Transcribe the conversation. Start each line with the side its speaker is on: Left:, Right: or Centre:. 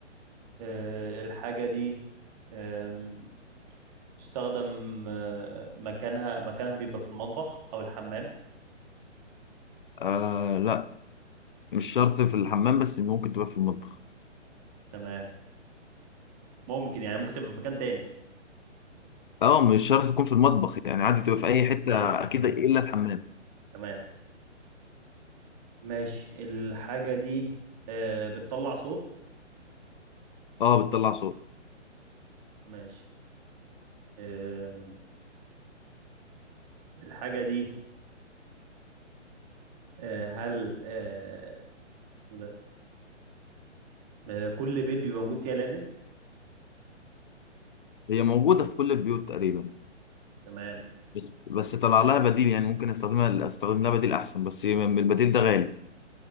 Right: آه، الحاجة دي آم، تستخدم آه، مكانها مكانها بيبقى في المطبخ أو الحمام
Left: آه لا مش شرط في الحمام بس ممكن تبقى في المطبخ
Right: تمام ممكن يعني ممكن تبقى في مكان تاني
Left: اه مش شرط تكون في المطبخ يعني عادي
Right: اه
Left: بتبقى في اي حته
Right: أيوه أيوه
Left: اكيد
Right: تمام
Left: الا الحمام
Right: تمام ماشي الحاجة دي آه، بتطلع صوت
Left: اه بتطلع صوت
Right: ماشي آم، الحاجة دي آه، هل آه، اسمه ده آه، كل بيت بيبقى موجود فيها لازم
Left: هي موجوده في كل البيوت تقريبا
Right: تمام
Left: بس بس طلع لها بديل يعني ممكن استخدمها استخدم لها بديل احسن بس البديل ده غالي